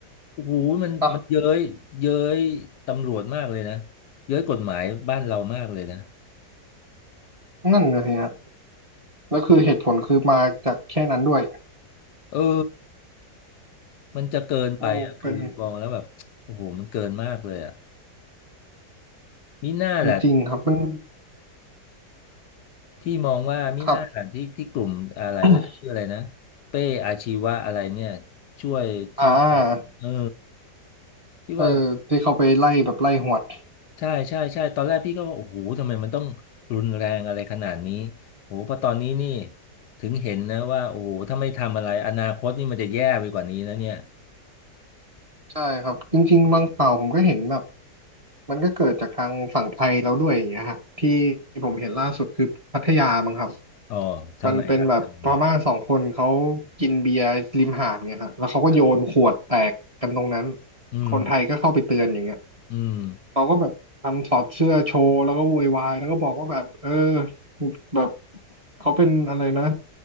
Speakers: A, on the left (about 75°); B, on the right (about 20°).
A: โอ้โหมันมันเย้ยเย้ยตำรวจมากเลยนะ
B: อ่ะ
A: เย้ยกฎหมายบ้านเรามากเลยนะ
B: นั่นเลยฮะแล้วคือเหตุผลคือมาจากแค่นั้นด้วย
A: เออมันจะเกินไปอ่ะคือมองแล้วแบบโอ้โหมันเกินมากเลยอ่ะ
B: โอ้เป็น
A: มิน่าแหละ
B: จริงๆครับมัน
A: พี่มองว่ามิน่าแหละที่ที่กลุ่มอะไรนะชื่ออะไรนะ
B: ครับ <coughs>
A: เป้อาชีวะอะไรเนี่ยช่วยที่ว่าเออ
B: อ่า
A: ที่ว่า
B: เออที่เขาไปไล่แบบไล่หวด
A: ใช่ใช่ใช่ตอนแรกพี่ก็ว่าโอ้โหทำไมมันต้องรุนแรงอะไรขนาดนี้โอ้โหพอตอนนี้นี่ถึงเห็นนะว่าโอ้โหถ้าไม่ทำอะไรอนาคตนี่มันจะแย่ไปกว่านี้นะเนี่ย
B: ใช่ครับจริงๆบางข่าวผมก็เห็นแบบมันก็เกิดจากทางฝั่งไทยแล้วด้วยอย่างเงี้ยฮะที่ผมเห็นล่าสุดคือพัทยามั้งครับ
A: อ๋อทำไมครับทำนี้
B: มันเป็นแบบพม่าสองคนเขากินเบียร์ริมหาดเงี้ยฮะแล้วเขาก็โยนขวดแตกกันตรงนั้น
A: ครับอืม
B: คนไทยก็เข้าไปเตือนอย่างเงี้ย
A: อืม
B: เขาก็แบบทำถอดเสื้อโชว์แล้วก็โวยวายแล้วก็บอกว่าแบบเออแบบเขาเป็นอะไรนะ